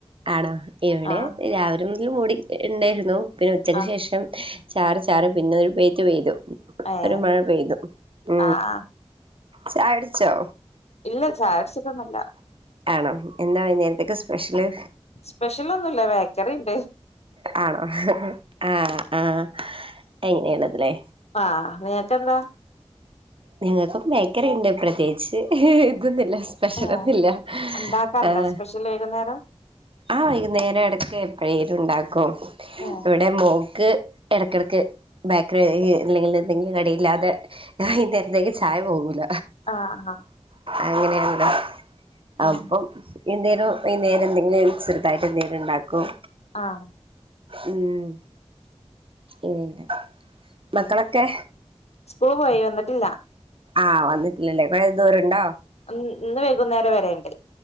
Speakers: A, on the right (about 55°); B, on the left (about 75°).
A: ആണോ ഇവിടെ
B: ആഹ്
A: രാവിലെ മുതൽ മൂടി ഇണ്ടായിരുന്നു പിന്നെ ഉച്ചക്ക്
B: ആഹ്
A: ശേഷം. ചാറി ചാറി പിന്നെ ഒരു പെയ്ത്ത് പെയ്തു
B: ഏഹ്
A: ഒരു മഴ പെയ്തു ഉ
B: ആഹ് ആഹ്
A: ചായുടിച്ചോ?
B: ഇല്ല ചായ ടിച്ചിട്ടൊന്നുല്ല.
A: ആണോ എന്താ വൈുന്നേരത്ത്ക്ക് സ്പെഷ്യല്?
B: സ്പെഷ്യലൊന്നുല്ല ബേക്കറി ഉണ്ട്.
A: ആണോ ആ ആ അങ്ങനെണത് ലേ
B: ആഹ് നിങ്ങക്ക് എന്താ?
A: ഞങ്ങക്കും ബേക്കറി ഉണ്ട് പ്രത്യേകിച്ച് ഹി ഇതൊന്നുമില്ല. സ്പെഷ്യലൊന്നില്ല
B: ഏഹ് ഇണ്ടാക്കാറുണ്ടോ
A: ആഹ
B: സ്പെഷ്യൽ വൈകുന്നേരം
A: ആഹ വൈകുന്നേരം ഇടക്ക് എപ്പോഴേലും ഉണ്ടാക്കും.
B: ഏഹ്
A: ഇടെ മോക്ക് ഇടക്കിടക്ക് ബാക്കറി അല്ലെങ്കിൽ എന്തെങ്കിലും കടിയില്ലാതെ. ഞാൻ ഈന്നേരത്തേക്ക് ചായ പോകൂല?
B: ആ ആഹ്
A: അങ്ങനെയാണ് അപ്പം.
B: ഉം
A: എന്തേലും വൈന്നേരം എന്തെങ്കിലും ചെറുതായിട്ട് എന്തേങ്കിലും ഉണ്ടാക്കും.
B: ആഹ്
A: ഉം ഉം മക്കളൊക്കെ?
B: സ്കൂൾ പോയി വന്നിട്ടില്ല.
A: ആഹ് വന്നിട്ടില്ലല്ലേ കുറെേ ദൂരം ഉണ്ടോ?
B: അ ഇന്ന് വൈകുന്നേരം വരേണ്ട്.